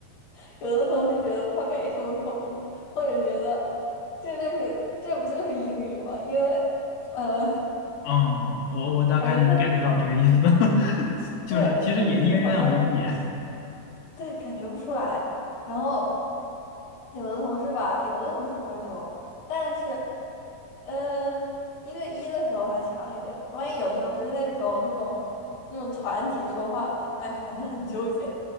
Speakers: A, on the left (about 40°); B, on the left (about 80°).
A: <laughs> 有的同事觉得他没什么口音，或者觉得这就是这不就是英语吗？因为呃，
B: 嗯，我我大概能
A: 感觉他自己
B: get 到这个意思，<laughs> 就是其实也因人而异。
A: 对他自己好像。对，感觉不出来。然后有的同事吧，有的同事会说，但是，呃，一对一的时候还强一点，万一有时候是那种那种那种团体说话的，哎，反正很纠结。